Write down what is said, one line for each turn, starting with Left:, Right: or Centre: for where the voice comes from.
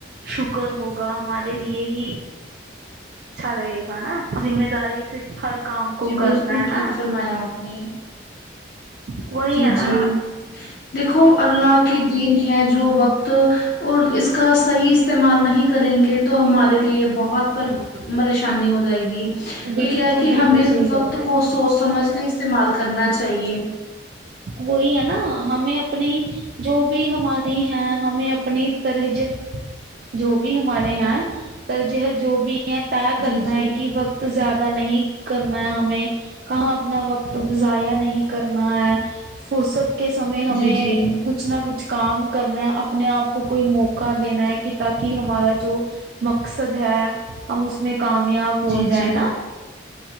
Right: شکر ہوگا ہمارے لیے ہی اچھا رہے گا نا ذمہ داری سے ہر کام کو
Left: جی بالکل
Right: کرنا ہے
Left: ٹھیک
Right: نا
Left: فرمایا آپ نے
Right: وہی
Left: جی
Right: ہے
Left: جی
Right: نا
Left: دیکھو اللہ کی دین ہے جو وقت اور اس کا صحیح استعمال نہیں کریں گے تو ہمارے لیے بہت بہ پر
Right: ہاں
Left: پریشانی ہو جائے گی تو
Right: بالکل
Left: کیا ہے کہ
Right: بالکل
Left: ہمیں
Right: صحیح
Left: وقت
Right: کرنا ہے
Left: کو
Right: آپ نے
Left: سوچ سمجھ کے استعمال کرنا چاہیے
Right: وہی ہے نا ہمیں اپنی جو بھی ہماری ہے ہمیں اپنی ترجت جو بھی ہمارے یہاں ترجحت جو بھی یہ طے کرنا
Left: جی جی
Right: ہے کہ وقت تو زیادہ نہیں کرنا ہے ہمیں کہاں اپنا وقت ضائع نہیں کرنا ہے فرصت کے سمے ہمیں
Left: جی جی
Right: کچھ نہ کچھ کام کرنا ہے اپنے آپ کو کوئی موقع دینا ہے کہ تاکہ ہمارا جو مقصد ہے ہم اس میں کامیاب
Left: جی
Right: ہو جائے
Left: جی
Right: نا